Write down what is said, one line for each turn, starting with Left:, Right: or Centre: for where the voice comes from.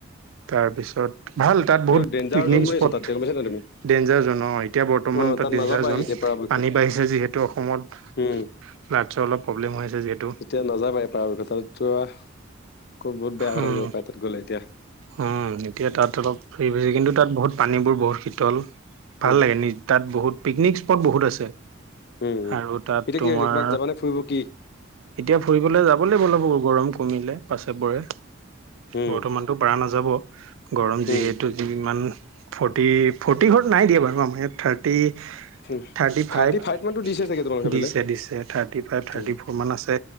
Right: তাৰপিছত ভাল তাত বহুত
Left: ডেনজাৰজন
Right: পিকনিক
Left: বুলি
Right: স্পট
Left: আছে তাত, দেখা পইছা না নাই তুমি?
Right: ডেঞ্জাৰ জন অ, এতিয়া বৰ্তমান
Left: অ'
Right: তাত ডেঞ্জাৰ
Left: নাযাবাই
Right: জন।
Left: এতিয়া পৰাপক্ষত
Right: পানী বাঢ়িছে যিহেতু অসমত।
Left: উম।
Right: ফ্লাডছৰ অলপ প্ৰব্লেম হৈ আছে যিহেতু
Left: এতিয়া নাযাবা পাৰত অ বহুত বেয়া কথা
Right: উম
Left: হৈ যাব পায় তাত গ'লে এতিয়া।
Right: উম এতিয়া তাত অলপ হেৰি হৈছে, কিন্তু তাত বহুত পানীবোৰ বহুত শীতল। ভাল
Left: উম।
Right: লাগে নি তাত বহুত পিকনিক স্পট বহুত আছে।
Left: উম, উম।
Right: আৰু তাত
Left: এতিয়া
Right: তোমাৰ
Left: কি হৈছে ক'ৰবাত যাবানে ফুৰিব কি?
Right: এতিয়া ফুৰিবলৈ যাবলৈ বলব গৰম কমিলে পাছে পৰে।
Left: উম,
Right: বৰ্তমানতটো পাৰা নাযাব, গৰম যিহেতু।
Left: উম,
Right: যি ইমান ফৰ্তি টি ফৰ্টি ঘৰত নাই দিয়া বাৰু আমি ইয়াত থাৰ্টি
Left: উম।
Right: থাৰ্টি ফাইভ
Left: মানতো দিছে চাগে তোমালোকৰ সেইফালে?
Right: দিছে দিছে থাৰ্টি ফাইভ-থাৰ্টি
Left: উম।
Right: ফৰ অকমান আছে।